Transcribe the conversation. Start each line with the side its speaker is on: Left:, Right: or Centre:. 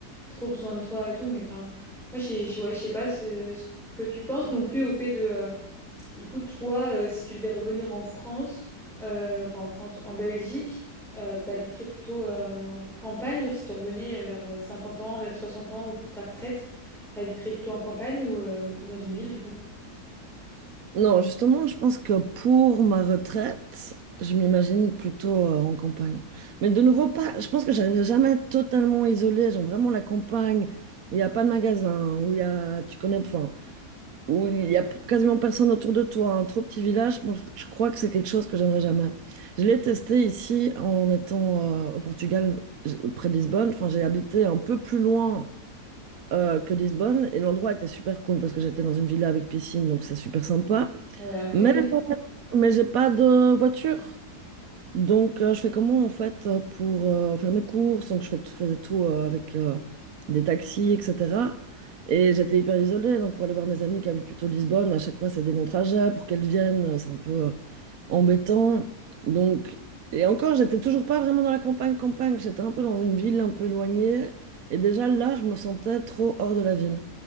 Centre: trop besoin de toi et tout. Mais enfin, moi, je sais je- ouais, je sais pas ce, ce que tu penses non plus au fait de, euh, du coup, toi, euh, si tu devais revenir en France, euh, enfin, en France, en Belgique, euh, t'habiterais plutôt euh, en campagne, genre, si tu revenais euh, vers euh, 50 ans, vers 60 ans ou pour ta retraite, t'habiterais plutôt en campagne ou, euh, ou dans une ville, du coup?
Right: Non, justement, je pense que pour ma retraite, je m'imagine plutôt euh, en campagne. Mais de nouveau, pas, je pense que j'arriverai jamais à être totalement isolée, genre vraiment la campagne où il n'y a pas de magasin, où il y a, tu connais, enfin, où il n'y a p- quasiment personne autour de toi, un trop petit village, moi, je, je crois que c'est quelque chose que j'aimerais jamais. Je l'ai testé ici en étant euh, au Portugal, j- près de Lisbonne, enfin, j'ai habité un peu plus loin euh, que Lisbonne et l'endroit était super cool parce que j'étais dans une villa avec piscine, donc c'est super sympa.
Centre: Ah Ouais, incroyable.
Right: Mais mais j'ai pas de voiture. Donc, euh, je fais comment en fait euh, pour euh, faire mes courses? Donc, je fais, je faisais tout euh, avec euh, des taxis, etc. Et j'étais hyper isolée. Donc, pour aller voir mes amis qui habitent plutôt Lisbonne, à chaque fois, c'est des longs trajets. Pour qu'elles viennent, euh, c'est un peu euh, embêtant. Donc, et encore, j'étais toujours pas vraiment dans la campagne, campagne. J'étais un peu dans une ville un peu éloignée. Et déjà là, je me sentais trop hors de la ville.